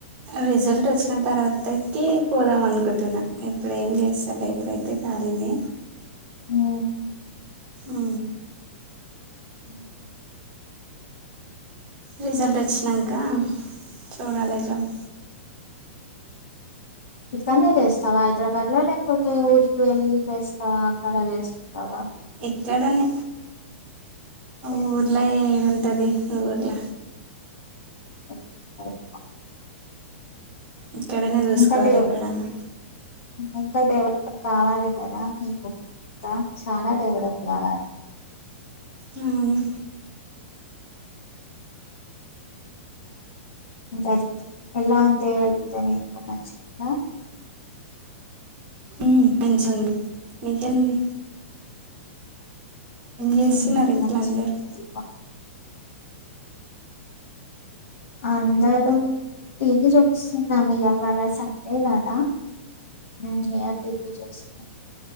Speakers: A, on the right; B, on the left.
A: రిజల్ట్ వచ్చిన తర్వాతకి పోదాం అనుకుంటున్నా ఇప్పుడు ఏం చేస్తలే ఎప్పుడైతే ఖాళీనే
B: హ్మ్
A: ఆ
B: హ్మ్
A: రిజల్ట్ వచ్చినంక చూడాలి జాబ్.
B: ఇక్కన్నే చేస్తావా హైదరాబాద్ లో, లేకపోతే ఊరికి వెళ్ళి చేస్తావా. <unintelligible> చేసుకుంటవా.
A: క్కడనే ఊర్లా
B: చేస్తావా?
A: ఏడ ఉంటది ఊర్ల
B: <inaudible> <inaudible> <inaudible>
A: ఇక్కడనే చూసుకోవాలి
B: ఇంకా డెవ
A: ఎక్కడన్నా.
B: ఇంకా డెవలప్ కావాలి కదా మీకు ఇంకా చాలా డెవలప్ కావాలి.
A: అవును
B: కా ఎలా ఉంది వెళ్తే నీకు మంచిగ ఉందా.
A: హ్మ్ మంచిగుంది నీకేళ్ళి చేస్తున్నారు
B: హ్మ్
A: ఇంట్లో
B: మంచిగుంది
A: అందరూ
B: అందరూ టివి చూస్తున్నాం ఇవాళ సండే కదా హ్మ్ ఇగా టివి చూస్